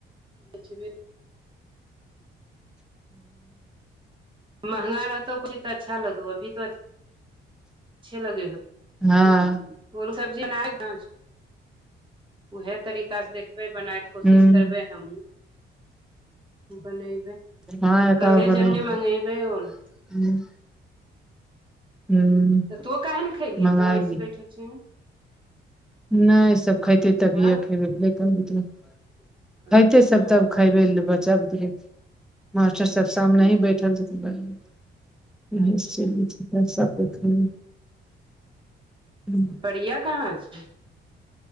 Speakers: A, on the right; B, in the centre.
A: बेचबे महँगा रहतौ त किछ त अच्छा लगो अभी त अच्छे लगे होे
B: हँ
A: कोन सब्जी अनालय हन उहे तरीका सँ देखबै बनाय के कोशिश
B: हूँ
A: करबै हमहूँ बनेबै
B: हँ एक
A: कले
B: और बनै
A: जरूरे
B: है
A: मंगेबे ओल
B: <unintelligible> हूँ
A: त तो काहे ना खैबही
B: मंगाय
A: तो ऐसी बैठल छीही
B: नय सब खेतेय तभीये
A: हँ
B: खेबेय <unintelligible> खेते
A: अच्छा
B: सब तब खेबे ल बच्चा बुते मास्टर सब सामने ही बैठल छथिन बढ़िया
A: अच्छा
B: निश्चित निश्चित सब बैठल ही <unintelligible>
A: रिया कहाँ छै